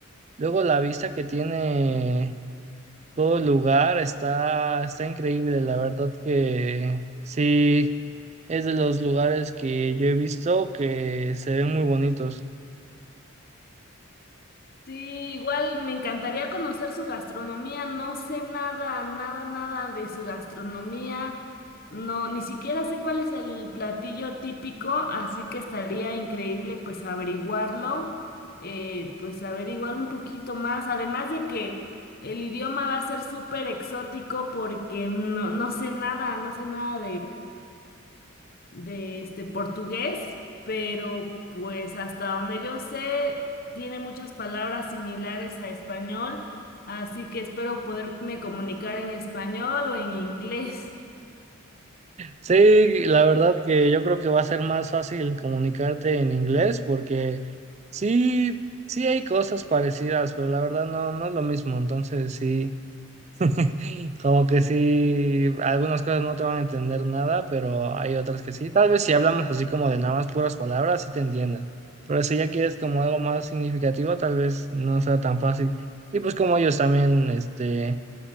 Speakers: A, on the right; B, on the left.
A: luego la vista que tiene todo el lugar está, está increíble, la verdad que sí, es de los lugares que yo he visto que se ven muy bonitos.
B: Sí, igual me encantaría conocer su gastronomía. No sé nada, nada, nada de su gastronomía. No, ni siquiera sé cuál es el platillo típico, así que estaría increíble pues averiguarlo, eh, pues averiguar un poquito más. Además de que el idioma va a ser súper exótico porque no, no sé nada, no sé nada de este portugués, pero pues hasta donde yo sé, tiene muchas palabras similares a español, así que espero poderme comunicar en español o en inglés.
A: Sí, la verdad que yo creo que va a ser más fácil comunicarte en inglés porque sí, sí hay cosas parecidas, pero la verdad no, no es lo mismo, entonces sí. <laughs> Como que sí, algunas cosas no te van a entender nada, pero hay otras que sí. Tal vez si hablamos así como de nada más puras palabras, sí te entiendan. Pero si ya quieres como algo más significativo, tal vez no sea tan fácil. Y pues como ellos también, este,